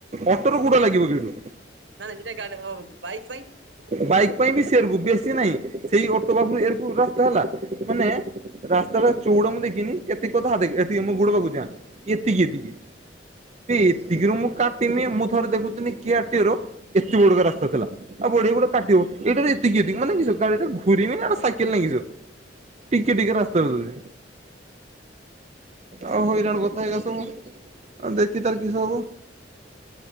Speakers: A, on the right; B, on the right.
A: ଅଟୋର ଗୋଡ଼ ଲାଗିବ କି ଏଠୁ
B: ନାନ୍ ଗାଡି ବାଇକ ପାଇଁ।
A: ବାଇକ୍ ପାଇଁ ବି ସେରକୁ ବେଶୀ ନାହିଁ ସେଇ ଅଟୋ ପାଖରୁ ଏରକୁ ରାସ୍ତା ହେଲା ମାନେ ରାସ୍ତା ଟା ଚଉଡା ମୁଁ ଦେଖିନି କେତିକ କଥାତିକି ମ ଗୋଡ ପାଖକୁ ଚାହାଁ ଏତିକି ଏତିକି ଏତିକିରୁ ମୁଁ କାଟିମି ମୁଁ ଥରେ ଦେଖୁିନି କିଆର ଏତେ ବଡକା ରାସ୍ତା ଥିଲା ଆଉ ବଢ ଗୁଡେ। କାଟିବ ଏଇଟ ଏତିକି ଏତିକି ମାନେ ଗାଡି ଟା ଘୁରିବିନା ଏଇଟା ସାଇକେଲ ନେଇକି ଯିବ ଟିକେ ଟିକେ ରାସ୍ତ ଦଉଛି। ଆଉ ହଇରାଣ ସବୁ ଆ ଦେଖି ତାର କିଛି ହବ